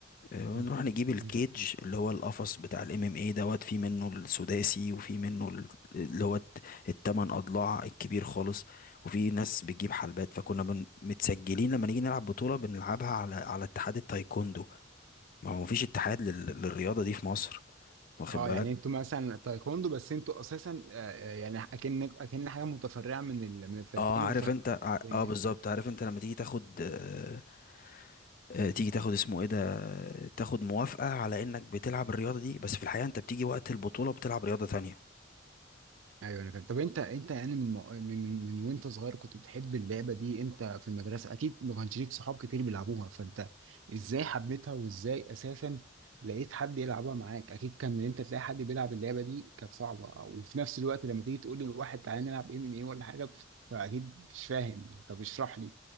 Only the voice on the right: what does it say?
مم.
مم.
اه
يعني انتوا مثلا تايكوندو بس انتوا اساسا آه، آه، يعني اكن اكن حاجه متفرعه من ال... من التايكوندو
ف
يعني
ايوه انا فاهم طب انت انت يعني من من من من وانت صغير كنت بتحب اللعبه دي انت في المدرسه اكيد ما كانش ليك صحاب كتير بيلعبوها فانت ازاي حبيتها وازاي اساسا لقيت حد يلعبها معاك اكيد كان ان انت تلاقي حد بيلعب اللعبه دي كانت صعبه وفي نفس الوقت لما تيجي تقول للواحد تعالى نلعب ام ام ايه ولا حاجه فاكيد مش فاهم طب اشرح لي